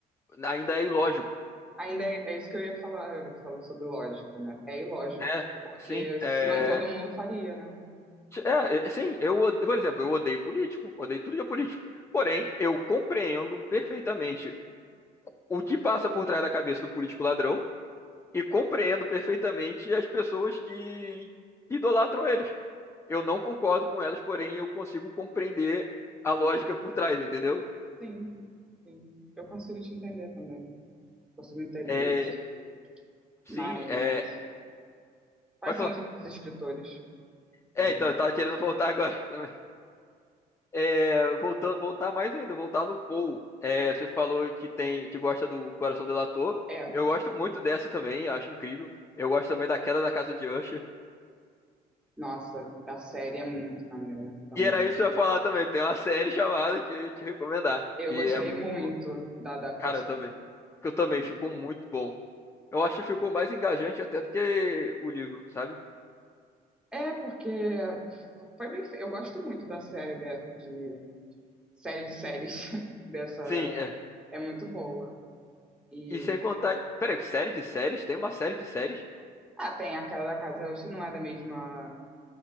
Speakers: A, on the left; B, in the centre.
A: ainda é ilógico.
B: Ainda é, é isso que eu ia falar, você falou sobre lógica, né? É ilógico,
A: É,
B: porque
A: sim,
B: senão
A: é,
B: todo mundo faria, né?
A: é, é, sim, eu, od- por exemplo, eu odeio político, odeio tudo de político. Porém, eu compreendo perfeitamente o que passa por trás da cabeça do político ladrão e compreendo perfeitamente as pessoas que idolatram eles. Eu não concordo com elas, porém eu consigo compreender a
B: Sim,
A: lógica por trás, entendeu?
B: sim, sim. Eu consigo te entender também, consigo entender
A: É,
B: isso.
A: sim,
B: Mas
A: é,
B: quais
A: pode falar.
B: são os outros escritores,
A: É,
B: por exemplo?
A: então, eu tava querendo voltar agora <laughs> também. É, voltar, voltar mais ainda, voltar no Paul. É, você falou que tem, que gosta do Coração Delator.
B: É,
A: Eu gosto muito dessa também, acho incrível. Eu gosto também da Queda da Casa de Usher.
B: Nossa, a série é muito maneira também.
A: E era isso que eu ia falar também. Tem uma série chamada que eu ia te recomendar.
B: Eu
A: Que
B: gostei
A: é muito
B: muito
A: boa.
B: da adaptação.
A: Cara, eu também. Que eu também.
B: Muito.
A: Ficou muito bom. Eu acho que ficou mais engajante até do que o livro, sabe?
B: É, porque foi bem feito. Eu gosto muito da série de, de- série de séries <laughs> dessa.
A: Sim, é.
B: É muito boa. E
A: E sem contar. Peraí, série de séries? Tem uma série de séries?
B: ah, tem aquela da casa, se não é da mesma,